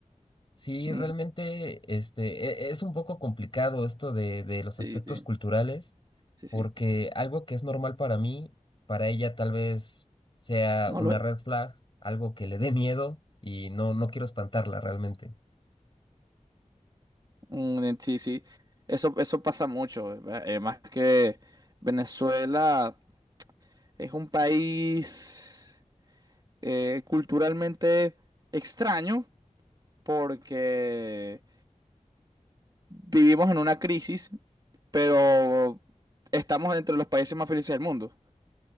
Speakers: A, on the left; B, on the right.
A: Sí,
B: Ujú.
A: realmente, este, e- es un poco complicado esto de, de los
B: Sí,
A: aspectos
B: sí,
A: culturales,
B: sí,
A: porque
B: sí.
A: algo que es normal para mí, para ella tal vez sea
B: No
A: una
B: lo es.
A: red flag, algo que le dé miedo y no, no quiero espantarla realmente.
B: Mm, sí, sí. Eso, eso pasa mucho. Además que Venezuela es un país eh, culturalmente extraño porque vivimos en una crisis, pero estamos entre los países más felices del mundo.